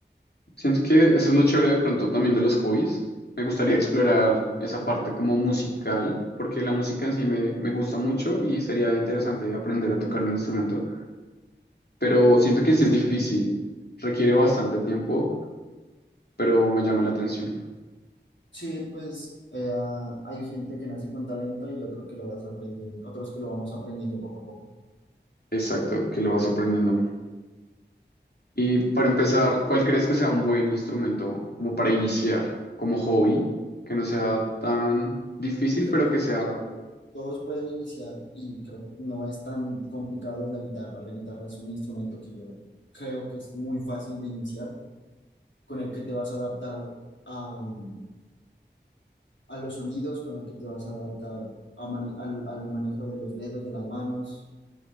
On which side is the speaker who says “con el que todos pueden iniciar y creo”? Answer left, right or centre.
Left